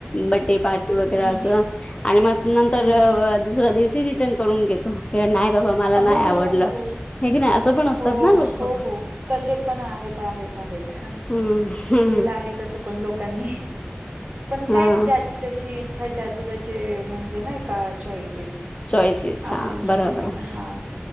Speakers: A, on the left (about 30°); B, on the right (about 45°).
A: बड्डे पार्टी वगैरे
B: हम्म
A: असं आणि मग नंतर
B: हम्म
A: दुसरा दिवशी रिटर्न करून घेतो कि नाही बाबा मला
B: हो
A: नाही आवडलं.
B: हो हो
A: हे की नाही असं पण असतात
B: हो
A: ना लोक
B: हो हो तसे पण आहेत आहेत आहेत हं.
A: हम्म. हम्म
B: केलेलं आहे तसं पण लोकांनी पण काय
A: हा
B: ज्याची त्याची इच्छा ज्याचे त्याचे म्हणजे नाही का चॉईसेस
A: चॉईसेस
B: आपण
A: हा
B: म्हणजे
A: बरोबर
B: हा